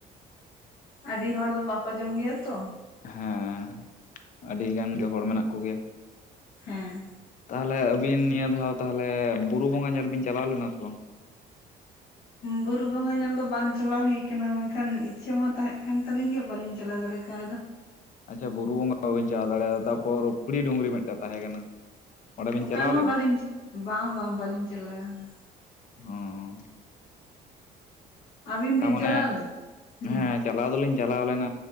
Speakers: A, on the left (about 75°); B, on the left (about 50°).
A: ᱟᱹᱰᱤ ᱦᱚᱲ ᱫᱚ ᱵᱟᱠᱚ ᱡᱚᱢ ᱜᱮᱭᱟ ᱛᱚ᱾
B: ᱦᱮᱸ ᱟᱹᱰᱤ ᱜᱟᱱ ᱜᱮ ᱦᱚᱲ ᱢᱮᱱᱟᱜ ᱠᱚ ᱜᱮᱭᱟ᱾
A: ᱦᱮᱸ᱾
B: ᱛᱟᱦᱚᱞᱮ ᱟᱹᱵᱤᱱ ᱱᱤᱭᱟᱹ ᱫᱷᱟᱣ ᱛᱟᱦᱚᱞᱮ ᱵᱩᱨᱩ ᱵᱚᱸᱜᱟ ᱧᱮᱞ ᱵᱤᱱ ᱪᱟᱞᱟᱣ ᱞᱮᱱᱟ ᱥᱮ ᱵᱟᱝ?
A: ᱵᱩᱨᱩ ᱵᱚᱸᱜᱟ ᱧᱮᱞ ᱫᱚ ᱵᱟᱝ ᱪᱟᱞᱟᱣ ᱦᱩᱭ ᱠᱟᱱᱟ, ᱢᱮᱱᱠᱷᱟᱱ ᱤᱪᱪᱷᱟᱹ ᱢᱟ ᱛᱟᱦᱮᱸᱜ ᱠᱟᱱ ᱛᱟᱹᱞᱤᱧ ᱜᱮ᱾ ᱵᱟᱞᱤᱧ ᱪᱟᱞᱟᱣ ᱫᱟᱲᱮ ᱠᱟᱣᱫᱟ᱾
B: ᱟᱪᱪᱷᱟ ᱵᱩᱨᱩ ᱵᱚᱸᱜᱟ ᱵᱟᱵᱤᱱ ᱪᱟᱞᱟᱣ ᱫᱟᱲᱮᱣᱟᱫᱟ, ᱛᱟᱯᱚᱨ ᱠᱷᱩᱲᱤ ᱰᱩᱝᱨᱤ ᱢᱮᱫᱴᱮᱡ ᱛᱟᱦᱮᱸ ᱠᱟᱱᱟ᱾ ᱚᱸᱰᱮ ᱵᱤᱱ
A: ᱚᱠᱟ
B: ᱪᱟᱞᱟᱣ
A: ᱦᱚᱸ
B: ᱞᱮᱱᱟ
A: ᱵᱟᱹᱞᱤᱧ, ᱵᱟᱝ ᱵᱟᱝ ᱵᱟᱹᱞᱤᱧ ᱪᱟᱞᱟᱣ ᱠᱟᱱᱟ᱾
B: ᱦᱚᱸᱻ
A: ᱟᱹᱵᱤᱱ
B: ᱛᱟ
A: ᱵᱤᱱ
B: ᱢᱟᱱᱮ
A: ᱪᱟᱞᱟᱣ ᱞᱮᱱᱟ ᱦᱩᱸ
B: ᱦᱮᱸ ᱪᱟᱞᱟᱣ ᱫᱚᱞᱤᱧ ᱪᱟᱞᱟᱣ ᱞᱮᱱᱟ᱾